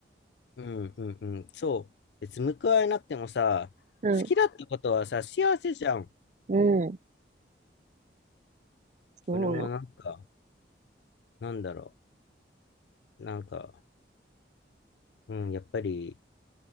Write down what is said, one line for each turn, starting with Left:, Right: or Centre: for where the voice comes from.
Left: うんうんうん、そう。別に報われなくてもさ、
Right: うん。
Left: 好きだったことはさ、幸せじゃん。
Right: うん。そうよ。
Left: 俺もなんか、なんだろう。なんか、うん、やっぱり、